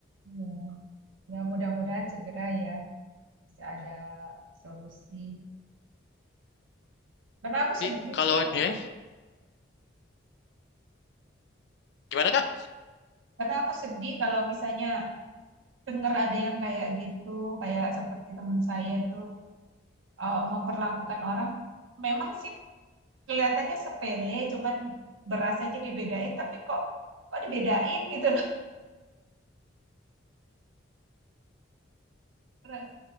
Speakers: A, on the right (about 80°); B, on the left (about 60°).
A: ya, ya mudah-mudahan segera ya bisa ada solusi. Karena aku
B: Tapi
A: sedih
B: kalau
A: sih
B: ini ya, gimana Kak?
A: karena aku sedih kalau misalnya dengar ada yang kayak gitu, kayak seperti teman saya itu eh, memperlakukan orang memang sih kelihatannya sepele, cuman beras aja dibedain, tapi kok kok dibedain gitu loh.